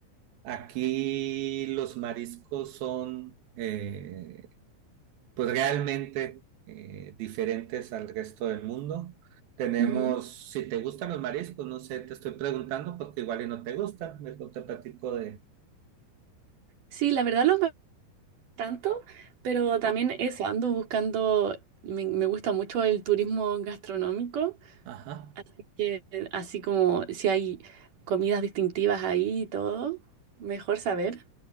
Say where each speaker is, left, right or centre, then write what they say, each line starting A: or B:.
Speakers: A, on the right; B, on the right.
A: Aquí los mariscos son eh, pues realmente eh, diferentes al resto del mundo. Tenemos,
B: ujú.
A: si te gustan los mariscos, no sé, te estoy preguntando porque igual y no te gustan, mejor te platico de...
B: Sí, la verdad los veo tanto, pero también eso, ando buscando, me, me gusta mucho el turismo gastronómico,
A: Ajá.
B: así que eh, así como si hay comidas distintivas ahí y todo, mejor saber.